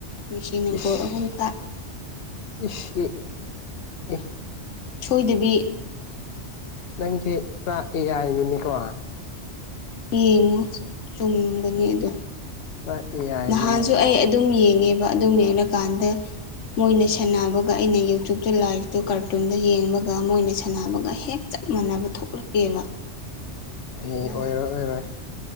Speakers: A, on the left; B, on the left.
A: ꯃꯤꯦꯁꯤ ꯑꯪꯒꯣꯜ
B: ꯏꯁ
A: ꯑꯍꯨꯝꯈꯥ
B: ꯏꯁ ꯏ ꯏ
A: ꯁꯣꯏꯗꯕꯤ
B: ꯅꯪꯁꯦ ꯏ ꯄꯨꯔꯥ ꯑꯦ ꯍꯥꯏꯥꯏꯅꯤꯅꯤꯀꯣ
A: ꯌꯦꯡꯉꯨ ꯆꯨꯝꯒꯅꯤ ꯑꯗꯣ
B: ꯍ ꯑꯦ ꯑꯥꯏꯅꯤꯅꯦ
A: ꯅꯍꯥꯟꯁꯨ ꯑꯩ ꯑꯗꯨꯝ ꯌꯦꯡꯉꯦꯕ ꯑꯗꯨꯝ ꯌꯦꯡꯉꯀꯥꯟꯗ ꯃꯣꯏꯅ ꯁꯥꯟꯅꯕꯒ ꯑꯩꯅ ꯌꯨꯇ꯭ꯌꯨꯕꯇ ꯂꯥꯏꯞꯇꯣ ꯀꯥꯔꯇꯨꯟꯗ ꯌꯦꯡꯕꯒ ꯃꯣꯏꯅ ꯁꯥꯟꯅꯕꯒ ꯍꯦꯛ ꯆꯞ ꯃꯥꯟꯅꯕ ꯊꯣꯛꯂꯛꯀꯦꯕ
B: ꯐꯩ
A: ꯅꯍꯥꯟ
B: ꯑꯣꯏꯔꯣꯏ ꯑꯣꯏꯔꯣꯏ